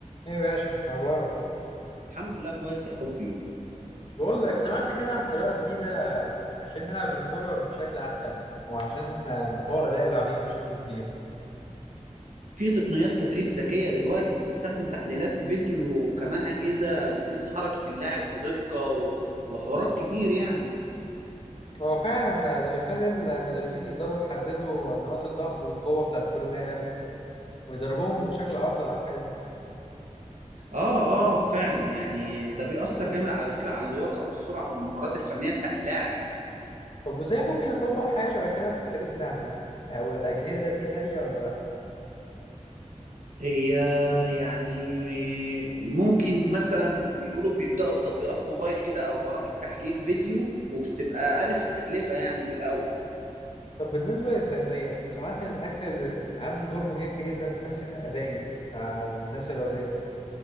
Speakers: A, on the left; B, on the right.
A: ايه يا باشا اخبارك
B: الحمد لله كويس يا حبي
A: بقول لك سمعت كده عن طريقه جديده عشان نلعب الكره بشكل احسن وعشان نطور اداء اللاعبين بشكل كبير
B: في تقنيات تدريب ذكية دلوقتي بتستخدم تحليلات فيديو وكمان أجهزة بتقيس حركة اللاعب بدقة و... وحوارات كتير يعني
A: هو فعلا ده, ده بيخلي المدربين يقدروا يحددوا نقاط الضعف والقوه بتاعت كل لاعب ويدربوهم بشكل افضل على الحاجات دي
B: اه اه فعلا يعني ده بيأثر جامد على فكرة على اللياقة والسرعة والمهارات الفنية بتاع اللاعب
A: طب وازاي ممكن نطبق حاجه شبه كده في الفريق بتاعنا او الاجهزه دي غاليه ولا لا
B: هي يعني ممكن مثلا بيقولوا بيبدأوا بتطبيقات موبايل كده أو برامج تحليل فيديو وبتبقى أقل في التكلفة يعني في الأول
A: طب بالنسبه للتغذيه سمعت ان الاكل ال- عنده دور مهم جدا في التحسين الادائي على الناس الرياضيه